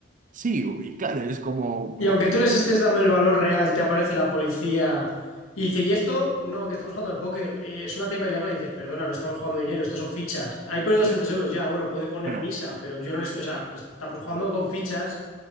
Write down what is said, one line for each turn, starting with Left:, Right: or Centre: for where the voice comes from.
Right: Sí, y claro, es como,
Left: y aunque tú les estés dando el valor real, te aparece la policía y dice, ¿y esto? No, que estamos jugando al póker. eh, es una timba ilegal. Y dices, perdona, no estamos jugando dinero, estas son fichas. Ahí pone doscientos
Right: Eh,
Left: euros, ya, bueno, puede poner
Right: Bueno,
Left: misa, pero yo no le estoy, o sea, estamos jugando con fichas.